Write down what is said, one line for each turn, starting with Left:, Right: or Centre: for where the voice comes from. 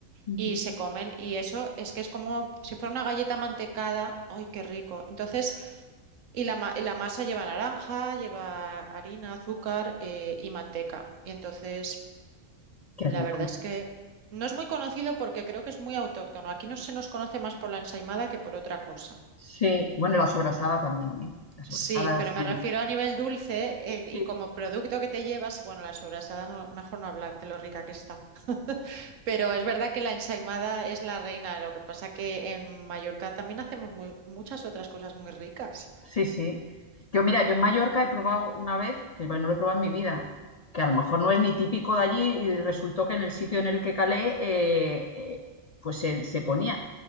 Left: Ujú.
Right: y se comen. Y eso es que es como si fuera una galleta mantecada. ¡Ay, qué rico! Entonces y la, ma- la masa lleva naranja, lleva harina, azúcar eh, y manteca. Y entonces,
Left: Qué
Right: la
Left: rico.
Right: verdad es que no es muy conocido porque creo que es muy autóctono. Aquí no se nos conoce más por la ensaimada que por otra cosa.
Left: Sí, bueno, la sobrasada también, ¿eh? La sobrasada
Right: Sí, pero
Left: es
Right: me
Left: muy...
Right: refiero a nivel dulce eh, y
Left: Sí.
Right: como producto que te llevas, bueno, la sobrasada no- mejor no hablar de lo rica que está. <laughs> Pero es verdad que la ensaimada es la reina, lo que pasa que en Mallorca también hacemos muy- muchas otras cosas muy ricas.
Left: Sí, sí. Yo, mira, yo en Mallorca he probado una vez, que bueno, no lo he probado en mi vida, que a lo mejor no es ni típico de allí y resultó que en el sitio en el que calé, eh, eh, pues se, se ponía.